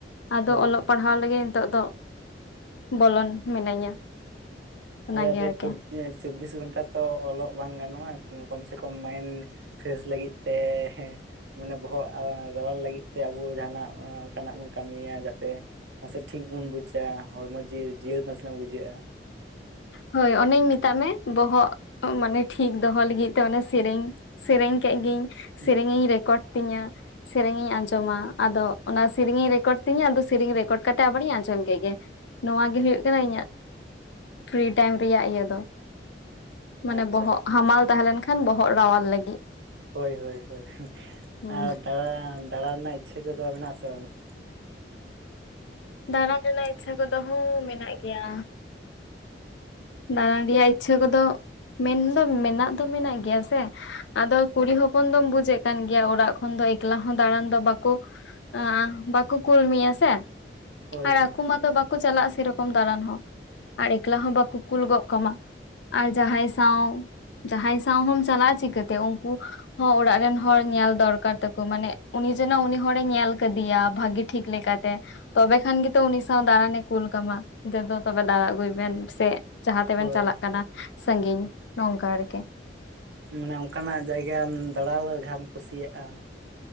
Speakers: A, on the left; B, on the right.
A: ᱟᱫᱚ
B: ᱦᱳᱭ
A: ᱚᱞᱚᱜ ᱯᱟᱲᱦᱟᱣ ᱞᱮᱜᱮ ᱱᱤᱛᱚᱜ ᱫᱚ ᱵᱚᱞᱚᱱ ᱢᱤᱱᱟᱹᱧᱟ᱾ ᱚᱱᱟᱜᱮ
B: ᱦᱳᱭ ᱟᱫᱚ
A: ᱟᱨᱠᱤ
B: ᱪᱚᱵᱵᱤᱥ ᱜᱷᱚᱱᱴᱟ ᱛᱚ ᱚᱞᱚᱜ ᱵᱟᱝ ᱜᱟᱱᱚᱜᱼᱟ ᱠᱚᱢ ᱥᱮ ᱠᱚᱢ ᱢᱟᱭᱤᱱᱰ ᱯᱷᱮᱥ ᱞᱟᱹᱜᱤᱫ ᱛᱮ ᱦᱮᱸ ᱢᱟᱱᱮ ᱵᱚᱦᱚᱜ ᱨᱟᱣᱟᱞ ᱞᱟᱹᱜᱤᱫ ᱛᱮ ᱟᱵᱚ ᱡᱟᱦᱟᱱᱟᱜ ᱚᱱᱠᱟᱱᱟᱜ ᱵᱚᱱ ᱠᱟᱹᱢᱤᱭᱟ ᱡᱟᱛᱮ ᱢᱟᱥᱮ ᱴᱷᱤᱠ ᱵᱚᱱ ᱵᱩᱡᱟᱹ ᱦᱚᱲᱢᱚ ᱡᱤᱭᱟᱹ ᱡᱤᱭᱟᱹᱲ ᱱᱟᱥᱮᱱᱟᱜ ᱵᱩᱡᱷᱟᱹᱜᱼᱟ
A: ᱦᱳᱭ ᱚᱱᱮᱧ ᱢᱮᱛᱟᱜ ᱢᱮ ᱵᱚᱦᱚᱜ ᱢᱟᱱᱮ ᱴᱷᱤᱠ ᱫᱚᱦᱚ ᱞᱟᱹᱜᱤᱫ ᱛᱮ ᱚᱱᱮ ᱥᱮᱨᱮᱧ ᱥᱮᱨᱮᱧ ᱠᱮᱜ ᱜᱤᱭᱟᱹᱧ
B: ᱦᱩᱸ
A: ᱥᱮᱨᱮᱧ ᱤᱧ ᱨᱮᱠᱚᱨᱰ ᱛᱤᱧᱟᱹ ᱥᱮᱨᱮᱧ ᱤᱧ ᱟᱸᱡᱚᱢ-ᱟ ᱟᱫᱚ ᱚᱱᱟ ᱥᱮᱨᱮᱧ ᱤᱧ ᱨᱮᱠᱚᱨᱰ ᱛᱤᱧᱟᱹ ᱟᱫᱚ ᱥᱮᱨᱮᱧ ᱨᱮᱠᱚᱨᱰ ᱠᱟᱛᱮᱜ ᱟᱵᱟᱨ ᱤᱧ ᱟᱸᱡᱚᱢ ᱠᱮᱫ ᱜᱮ ᱱᱚᱣᱟ ᱜᱮ ᱦᱳᱭᱳᱜ ᱠᱟᱱᱟ ᱤᱧᱟᱹᱜ ᱯᱷᱤᱨᱤ ᱴᱟᱭᱤᱢ ᱨᱮᱭᱟᱜ ᱤᱭᱟᱹ ᱫᱚ ᱢᱟᱱᱮ
B: ᱟᱪᱪᱷᱟ
A: ᱵᱚᱦᱚᱜ
B: ᱟᱪᱪᱷᱟ
A: ᱦᱟᱢᱟᱞ ᱛᱟᱦᱮᱸ ᱞᱮᱱ ᱠᱷᱟᱱ ᱵᱚᱦᱚᱜ ᱨᱟᱣᱟᱞ ᱞᱟᱹᱜᱤᱫ
B: ᱦᱳᱭ ᱦᱳᱭ ᱦᱳᱭ
A: ᱦᱩᱸ
B: ᱟᱨ ᱫᱟᱬᱟ ᱫᱟᱬᱟ ᱨᱮᱱᱟᱜ ᱤᱪᱪᱷᱟᱹ ᱠᱚᱫᱚ ᱢᱮᱱᱟᱜ ᱟᱥᱮ ᱵᱟᱱᱩᱜ
A: ᱫᱟᱨᱟ ᱨᱮᱱᱟᱜ ᱤᱪᱪᱷᱟᱹ ᱠᱚᱫᱚ ᱦᱩᱸ ᱢᱮᱱᱟᱜ ᱜᱮᱭᱟ ᱫᱟᱬᱟᱱ ᱨᱮᱭᱟᱜ ᱤᱪᱪᱷᱟᱹ ᱠᱚᱫᱚ ᱢᱮᱱ ᱫᱚ ᱢᱮᱱᱟᱜ ᱫᱚ ᱢᱮᱱᱟᱜ ᱜᱮᱭᱟ ᱥᱮ ᱟᱫᱚ ᱠᱩᱲᱤ ᱦᱚᱯᱚᱱ ᱫᱚᱢ ᱵᱩᱡᱽ ᱮᱫ ᱠᱟᱱ ᱜᱮᱭᱟ ᱚᱲᱟᱜ ᱠᱷᱚᱱ ᱫᱚ ᱮᱠᱞᱟ ᱦᱚᱸ ᱫᱟᱬᱟᱱ ᱫᱚ ᱵᱟᱠᱚ ᱟ ᱵᱟᱠᱚ ᱠᱩᱞ ᱢᱮᱭᱟ ᱥᱮ
B: ᱦᱳᱭ
A: ᱟᱨ
B: ᱦᱳᱭ
A: ᱟᱠᱚ ᱢᱟᱛᱚ ᱵᱟᱠᱚ ᱪᱟᱞᱟᱜᱼᱟ ᱥᱮᱨᱚᱠᱚᱢ ᱫᱟᱬᱟᱱ ᱦᱚᱸ ᱟᱨ ᱮᱠᱞᱟ ᱦᱚᱸ ᱵᱟᱠᱚ ᱠᱩᱞ ᱜᱚᱜ ᱠᱟᱢᱟ ᱟᱨ ᱡᱟᱦᱟᱸᱭ ᱥᱟᱶ ᱡᱟᱦᱟᱸᱭ ᱥᱟᱶ ᱦᱚᱢ ᱪᱟᱞᱟᱜᱼᱟ ᱪᱤᱠᱟᱹ ᱛᱮ ᱩᱱᱠᱩ ᱦᱚᱸ ᱚᱲᱟᱜ ᱨᱮᱱ ᱦᱚᱲ ᱧᱮᱞ ᱫᱚᱨᱠᱟᱨ ᱛᱟᱠᱚ ᱢᱟᱱᱮ ᱩᱱᱤ ᱡᱮᱱᱚ ᱩᱱᱤ ᱦᱚᱲᱮ ᱧᱮᱞ ᱠᱟᱫᱮᱭᱟ ᱵᱷᱟᱜᱤ ᱴᱷᱤᱠ ᱞᱮᱠᱟ ᱛᱮ ᱛᱚᱵᱮ ᱠᱷᱟᱱ ᱜᱮᱛᱚ ᱩᱱᱤ ᱥᱟᱶ ᱫᱟᱬᱟᱱ ᱮ ᱠᱩᱞ ᱠᱟᱢᱟ <unintelligible> ᱛᱚᱵᱮ ᱫᱟᱬᱟ ᱟᱹᱜᱩᱭ ᱵᱮᱱ ᱥᱮ ᱡᱟᱦᱟᱸ ᱛᱮ ᱵᱮᱱ
B: ᱦᱳᱭ
A: ᱪᱟᱞᱟᱜ ᱠᱟᱱᱟ ᱥᱟᱺᱜᱤᱧ ᱱᱚᱝᱠᱟ ᱟᱨᱠᱮ
B: ᱢᱟᱱᱮ ᱚᱱᱠᱟᱱ ᱟᱜ ᱡᱟᱭᱜᱟᱢ ᱫᱟᱲᱟ <inaudible> ᱡᱟᱦᱟᱸᱢ ᱠᱩᱥᱤᱭᱟᱜᱼᱟ